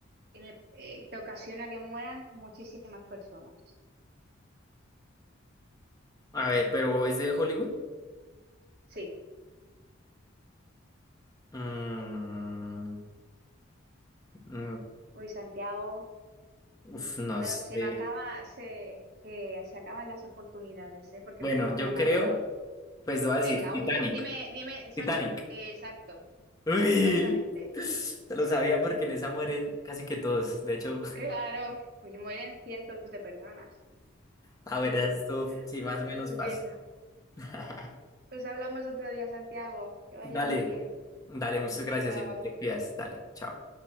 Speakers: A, on the right; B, on the left.
A: en el- eh, que ocasiona que mueran muchísimas personas.
B: A ver, pero ¿es de Hollywood?
A: Sí.
B: Mm, mm,
A: Uy, Santiago,
B: uf, no
A: se me,
B: sé.
A: se me acaba, se, se, se acaban las oportunidades, ¿eh? Porque
B: Bueno,
A: me tengo
B: yo
A: que marchar.
B: creo, pues voy a decir
A: Venga,
B: Titanic.
A: ulti- dime, dime, suelta.
B: Titanic.
A: eh, exacto,
B: Uy,
A: exactamente.
B: te lo sabía porque en esa mueren casi que todos. De hecho, <laughs>
A: Claro, pues mueren cientos de personas.
B: a
A: Sí,
B: ver, esto
A: sí.
B: sí,
A: Pu-
B: más o menos
A: Pues,
B: fácil.
A: venga,
B: <laughs>
A: pues hablamos otro día, Santiago. Que vaya
B: Dale,
A: muy bien.
B: dale, muchas gracias
A: Chao.
B: y te cuidas. Dale, chao.